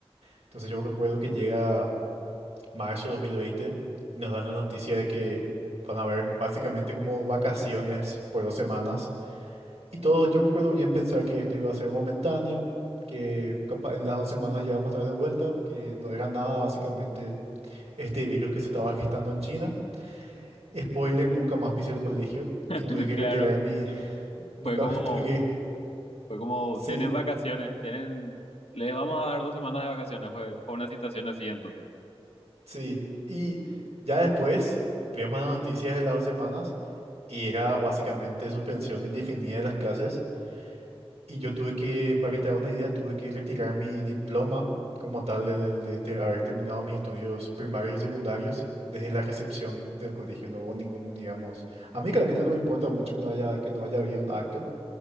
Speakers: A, on the right (about 80°); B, on the left (about 80°).
A: Entonces yo recuerdo que llega marzo de 2020 y nos dan la noticia de que van a haber básicamente como vacaciones por dos semanas. Y todo, yo recuerdo bien pensar que esto iba a ser momentáneo, que capa- en las dos semanas ya vamos a estar de vuelta, que no era nada básicamente este virus que se estaba gestando en China. Spoiler, nunca más pisé el colegio y
B: <laughs>
A: tuve que
B: Claro.
A: retirar mi... <laughs> Nunca
B: Fue como,
A: más tuve que...
B: Fue como,
A: Sí,
B: tienen vacaciones, tienen, les vamos a dar dos semanas de vacaciones, fue, fue una situación así entonces.
A: sí. Y ya después veíamos las noticias de las dos semanas y era básicamente suspensión indefinida de las clases. Y yo tuve que, para que te hagas una idea, tuve que retirar mi diploma como tal de, de- de te- haber terminado mis estudios primarios y secundarios desde la recepción del colegio. No hubo ningún, digamos... A mí claramente no me importa mucho que no haya, que no haya habido un acto.